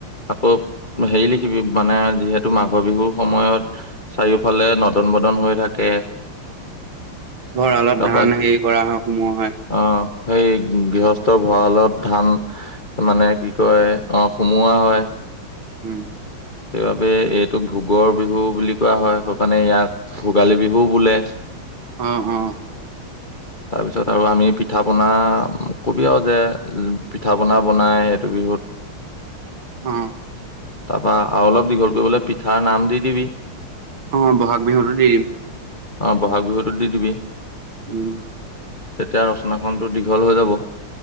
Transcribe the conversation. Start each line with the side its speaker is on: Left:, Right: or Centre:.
Left: আকৌ হেৰি লিখিবি মানে যিহেতু মাঘৰ বিহুৰ সময়ত চাৰিওফালে নদন বদন হৈ থাকে
Right: ভঁৰালত
Left: তাৰপা
Right: ধান হেৰি কৰে কা হয় সমোৱা হয়
Left: অ সেই গৃহস্থ ভঁৰালত ধান মানে কি কয় অহ সুমোৱা হয়
Right: উম
Left: সেইবাবে এইটোক ভোগৰ বিহু বুলি কোৱা হয় সেইকাৰণে ইয়াক ভোগালী বিহুও বোলে
Right: অ অ
Left: তাৰপিছত আৰু আমি পিঠা পনা কবি আৰু যে পিঠা পনা বনাই এইটো বিহুত
Right: অ
Left: তাৰপা আৰু অলপ দীঘল কৰিবলৈ পিঠাৰ নাম দি দিবি।
Right: অ বহাগ বিহুতো দেৰিম।
Left: অ বহাগ বিহুতো দি দিবি।
Right: উম।
Left: তেতিয়া ৰচনাখনতো দীঘল হৈ যাব।